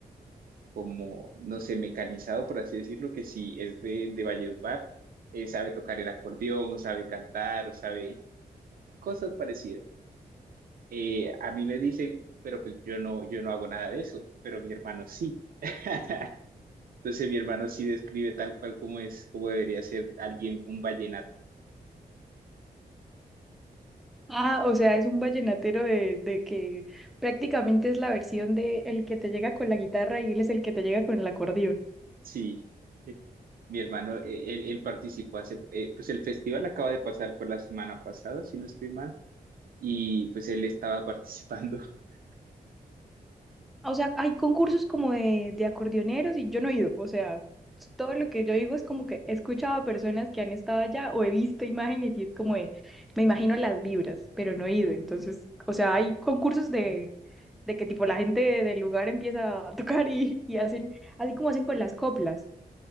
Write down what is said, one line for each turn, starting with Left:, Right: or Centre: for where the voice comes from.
Right: como, no sé, mecanizado, por así decirlo, que si es de, de Valledupar, eh, sabe tocar el acordeón, sabe cantar, o sabe cosas parecidas. Eh, a mí me dicen, pero pues yo no, yo no hago nada de eso, pero mi hermano sí. <laughs> Entonces mi hermano sí describe tal cual como es, como debería ser alguien, un vallenato.
Centre: Ah, o sea, es un vallenatero de, de que prácticamente es la versión de el que te llega con la guitarra y él es el que te llega con el acordeón.
Right: Sí, <laughs> mi hermano, eh, él, él participó hace, eh, pues el festival acaba de pasar por la semana pasada, si no estoy mal, y pues él estaba participando. <laughs>
Centre: O sea, hay concursos como de, de acordeoneros y yo no he ido. O sea, todo lo que yo digo es como que he escuchado a personas que han estado allá o he visto imágenes y es como de, me imagino las vibras, pero no he ido. Entonces, o sea, hay concursos de, de que tipo la gente del lugar empieza a <laughs> tocar y, y hacen, así como hacen con las coplas.